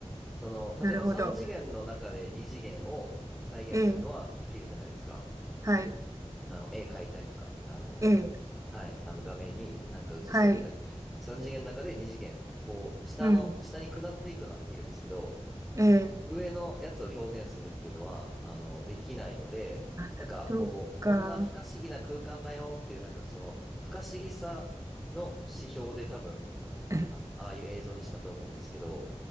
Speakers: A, in the centre; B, on the right.
A: その、例えば三次元の中で二次元を再現するのはできるじゃないですか。
B: なるほど。ええ。はい。
A: あの、絵描いたりとか、あの、
B: ええ。
A: はい、あの画面にうなんか映したりとか、
B: はい。
A: 3次元の中で2次元、こう、下の、
B: うん。
A: 下に下っていくのはできるんですけど、
B: ええ。
A: 上のやつを表現するっていうのは、あの、できないので、
B: あ、
A: なんかこう、
B: そうか。
A: こんな不可思議な空間だよっていう、なんかその、不可思議さの指標で多分、
B: <laughs> え
A: あの、ああいう映像にしたと思うんですけど、